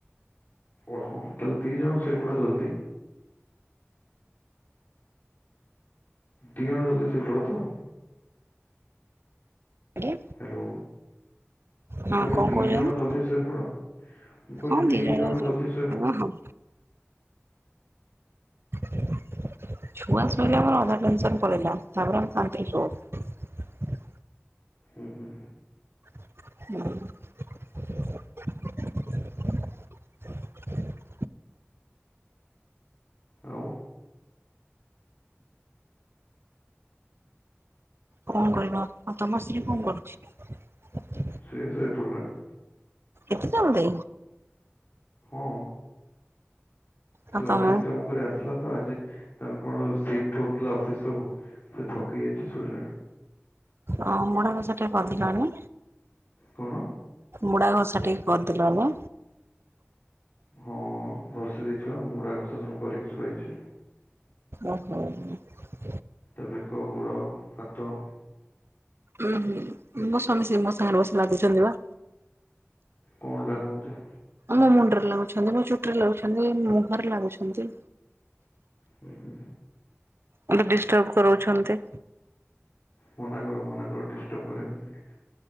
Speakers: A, on the left (about 50°); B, on the right (about 60°).
A: ଓହୋ ତାହାଲେ ଦି ଜଣ ଶୋଇପଡ ଜଲ୍‌ଦି? ଦି ଜଣ ଜଲ୍‌ଦି ଶୋଇପଡ଼ ତ
B: ଆଜ୍ଞା
A: ହ୍ୟାଲୋ ମୁଁ
B: ହଁ
A: କହିଲି
B: କଣ
A: ଦି
B: କହୁଛନ୍ତି
A: ଜଣ ଜଲ୍‌ଦି ଶୋଇପଡ? ମୁଁ କହିଲି
B: ହଁ
A: ଦି ଜଣ
B: ଯାକ ଶୋଇବୁ
A: ଜଲ୍‌ଦି ଶୋଇପଡ?
B: ହଁ ହଁ ହଁ ଛୁଆ ଶୋଇଲେ ଆମର ଅଧା ଟେନ୍‌ସନ୍‌ ପଳେଇଲା। ତାପରେ ଆମେ ଶାନ୍ତିରେ ଶୋଉ। ହଁ
A: ଉହୁଁ
B: ହଁ।
A: ଆଉ?
B: କଣ କହିବ ଆଉ ତମ ସ୍ତ୍ରୀ କଣ କରୁଛି?
A: ସେ ଶୋଇ ପଡ଼ିଲାଣି।
B: ଏତେ ଜଲ୍ଦୀ?
A: ହଁ ସେ
B: ଆଉ
A: ଅଫିସ୍‌
B: ତମ
A: କାମ କରି ଆସିଲା ତ ଆଜି ତେଣୁ କଣ ସିଫ୍ଟ ହଉଥିଲା ଅଫିସ୍‌ ସବୁ ସେ ଥକି ଯାଇଛି ଶୋଇଲାଣି।
B: ହଁ ମୁଡ଼ା ଘସା ଟିକେ କରି ଦେଲନି।
A: କଣ
B: ମୁଡ଼ା ଘସା ଟିକେ ଘସିଦେଲନି
A: ହଁ ଘଷି ଦେଇଚି ବା ମୋଡା ଘଷା ସବୁ କରିକି ଶୋଇଚି।
B: ଓହୋ ହୁଁ।
A: ତା ବେକ, ଗୋଡ଼, ହାତ
B: ଉଁ ହୁଁ ମୋ ସ୍ୱାମୀ ସେଇ ମୋ ସାଙ୍ଗରେ ବସି ଲାଗୁଚନ୍ତି ବା।
A: କଣ ଲାଗୁଅନ୍ତି?
B: ମୋ ମୁଣ୍ଡରେ ଲାଗୁଛନ୍ତି, ମୋ ଚୁଟିରେ ଲାଗୁଛନ୍ତି, ମୁହଁରେ ଲାଗୁଛନ୍ତି।
A: ହୁଁ ହୁଁ।
B: ମତେ ଡିଷ୍ଟର୍ବ କରୋଉଛନ୍ତି।
A: ମନା କର ମନା କର ଡିଷ୍ଟର୍ବ କରେଇବେନି।